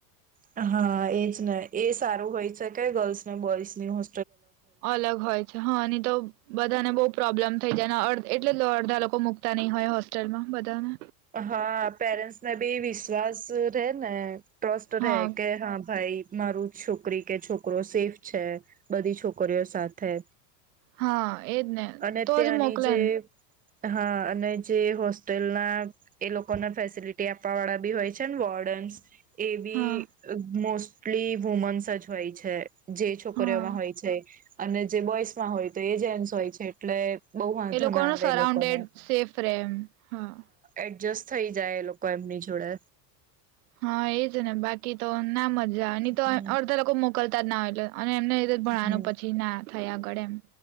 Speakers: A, on the right; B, on the right.
A: હા, એજ ને એ સારું હોય શકે ગર્લ્સ ને બોઈસ ની હો.
B: અલગ હોય છે, હા તો બધાને બો પ્રોબ્લેમ થઈ જાય ધ એટલે અડધા લોકો મુૂકતા નહી હોય હોસ્ટેલમાં બધાને.
A: હા પેરેન્ટ્સ ને બી વિશ્વાસ રહેે ને. ટ્રસ્ટ
B: હા
A: રહે કે હા ભાઈ મારું છોકરી કે છોકરો સેફ છે, બધી છોકરીઓ સાથે.
B: હા એજ ને
A: અને
B: તોજ
A: ત્યાંની
B: મોકલેને.
A: જે હા અને જે હોસ્ટેલના એ લોકોને ફેસિલિટી આપવા વાળા બી હોય છે ને વોર્ડન્સ. એ ભી
B: હા
A: મોસ્ટ કેટલી વુમન્સ જ હોય છે. જે છોકરીઓમાં
B: હા
A: હોય છે. અને જે બોઈજમા હોય તો એ જેન્ટસ હોય છે એટલે બહુ વાંધો
B: એ લોકો
A: ના
B: ન
A: આવે
B: સરાઉન્ડેડ
A: એ લોકોને
B: સેફ રે એમ. હા.
A: એડજસ્ટ થઈ જાય એ લોકો એમની જોડે.
B: હા એજ ને બાકી તો નામ જ. જ ની તો
A: હમ
B: અડધા લોકો મો. મોકલતા જ નથી એટલે અને એમને એ જ રીતે ભણાવાનું
A: હમ
B: પછી ના થયા. કડમ.